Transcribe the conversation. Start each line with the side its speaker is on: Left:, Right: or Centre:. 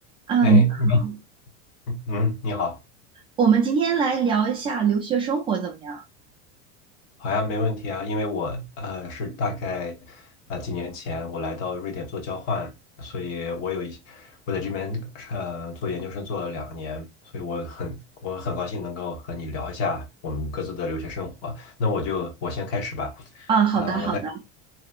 Right: 啊，
Left: 哎，
Right: 你好，
Left: 你嗯，你好，
Right: 我们今天来聊一下留学生活怎么样？
Left: 好呀，没问题啊，因为我呃是大概呃几年前我来到瑞典做交换，所以我有一我在这边呃做研究生做了两年，所以我很我很高兴能够和你聊一下我们各自的留学生活。那我就我先开始吧，
Right: 啊，好的，
Left: 啊，我
Right: 好的，